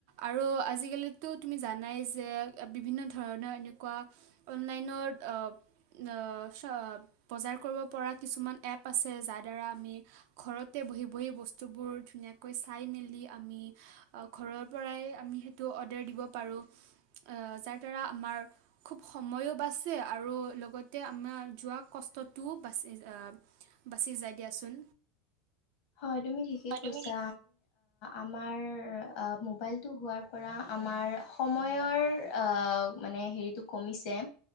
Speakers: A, on the right; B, on the left.
A: আৰু আজিকালিতো তুমি জানাই যে বিভিন্ন ধৰণৰ অনলাইনৰ আহ চ বজাৰ কৰিব পৰা কিছুমান এপ আছে যাৰ দ্বাৰা আমি ঘৰতে বহি বহি বস্তুবোৰ ধুনীয়াকৈ চাই মেলি আমি ঘৰৰ পৰাই আমি সেইটো- অদাৰ দিব পাৰোঁ যাৰ দ্বাৰা আমাৰ খুব সময়ো বাচে আৰু লগতে আমাৰ যোৱা কষ্টতটোও বাচি আহ বাচি যায় দিয়াচোন
B: হয় তুমি ঠিকেই
A: হয়
B: কৈছা
A: তুমি ঠিক
B: আমাৰ মোবাইলটো হোৱাৰ পৰা আমাৰ সময়ৰ আ- মানে হেৰিটো কমিছে-